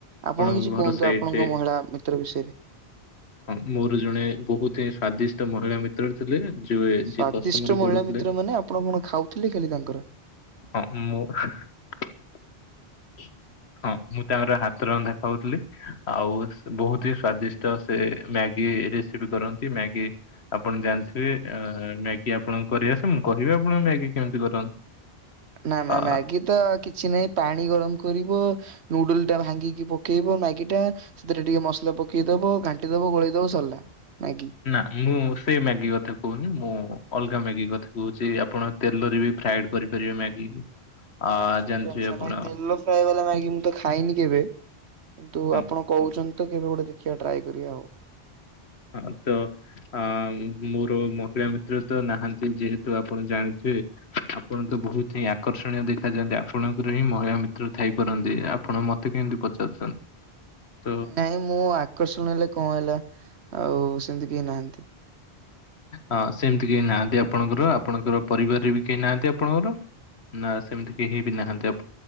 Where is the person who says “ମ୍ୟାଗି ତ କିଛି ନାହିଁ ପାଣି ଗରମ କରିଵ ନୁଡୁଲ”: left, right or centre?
Right